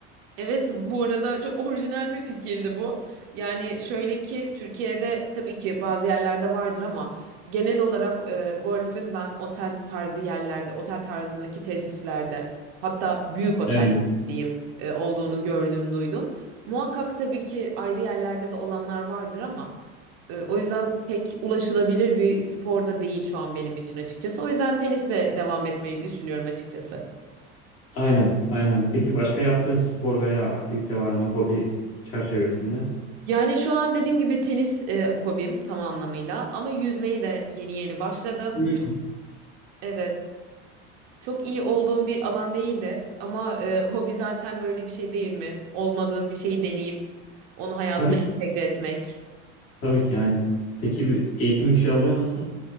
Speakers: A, on the right (about 75°); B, on the left (about 45°).
A: Evet bu arada çok orijinal bir fikirdi bu. Yani şöyle ki Türkiye'de tabii ki bazı yerlerde vardır ama genel olarak e, golfün ben otel tarzı yerlerde, otel tarzındaki tesislerde hatta büyük otel
B: Evet.
A: diyeyim e, olduğunu gördüm duydum. Muhakkak tabii ki ayrı yerlerde de olanlar vardır ama e, o yüzden pek ulaşılabilir bir spor da değil şu an benim için açıkçası. O yüzden tenisle devam etmeyi düşünüyorum açıkçası.
B: Aynen, aynen. Peki başka yaptığın spor veya aktivite var mı hobi çerçevesinde?
A: Yani şu an dediğim gibi tenis e, hobim tam anlamıyla ama yüzmeyi de yeni yeni başladım.
B: Hmm.
A: Çok evet. Çok iyi olduğum bir alan değil de ama e, hobi zaten böyle bir şey değil mi? Olmadığın bir şeyi deneyip onu hayatına
B: Tabii
A: entegre
B: ki,
A: etmek.
B: tabii ki aynen. Peki bir eğitim bir şey alıyor musun?